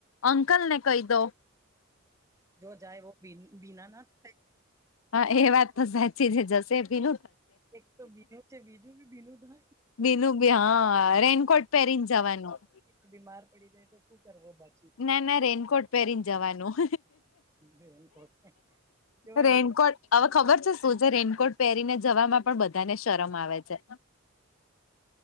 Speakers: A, on the left; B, on the right.
A: અંકલ ને કહી દો
B: જો જાય વ બિના ના થાય.?
A: હા એ વાત તો સાચી છે જશે ભી ન
B: એક તો ભીનું છે બીજું બી ભીનું થાય.
A: બીનું બી હા રેનકોટ પહેરીને જવાનું
B: તો બીમાર પડી જાય તો શું કરવો? પછી
A: ના ના રેનકોટ પહેરીને જવાનું
B: રેનકોટ જોય
A: રેનકોટ
B: હવે
A: હવે ખબર છે શું છે? રેનકોટ પહેરીને જવામાં પણ બધાને શરમ આવે છે.